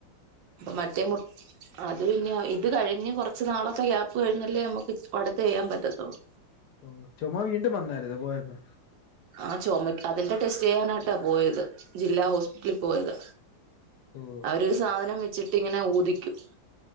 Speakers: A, on the right; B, on the left.
A: അപ്പ മറ്റേ മുട്ട് അത് പിന്നെ ഇത് കഴിഞ്ഞ് കുറച്ച നാളത്തെ ഗ്യാപ്പ് കഴിഞ്ഞല്ലേ നമുക്ക് അടുത്ത് ചെയ്യാൻ പറ്റത്തുള്ളൂ
B: ഓ ചുമ്മാ വീണ്ടും വന്നരുന്നോ പോയക്പ്പോ
A: ആ ചുമക്ക്‌ അതിന്റെ ടെസ്റ്റ് ചെയ്യാനായിട്ടാ പോയത് ജില്ലാ ഹോസ്പിറ്റലിൽ പോയത്
B: ഓ
A: അവരുഒരു സാധനം വിച്ച് ച്ചിട്ടിങ്ങനെ ഊദിക്കും